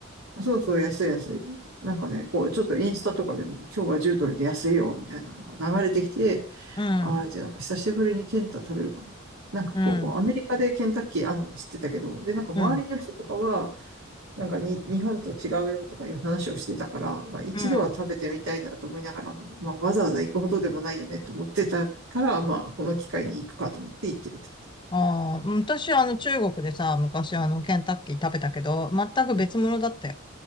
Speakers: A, on the right; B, on the left.
A: そうそう、安い安い。なんかね、こう、ちょっとインスタとかでも、今日は10ドルで安いよ、みたいなのが流れてきて、
B: うん、
A: ああ、じゃあ、久しぶりにケンタ食べるかみたいな。なんかこう、
B: うん、
A: アメリカでケンタッキーあんのは知ってたけど、で、なんか周りの人とかは、
B: うん、
A: なんかに、日本と違うよとかいう話をしてたから、まあ一度は食べてみたいなと思いながら、
B: うん。
A: まあわざわざ行くほどでもないよねと思ってたから、まあこの機会に行くかと思って行ってみた。
B: ああ、うん私、あの、中国でさ、昔、あの、ケンタッキー食べたけど、全く別物だったよ。
A: うん、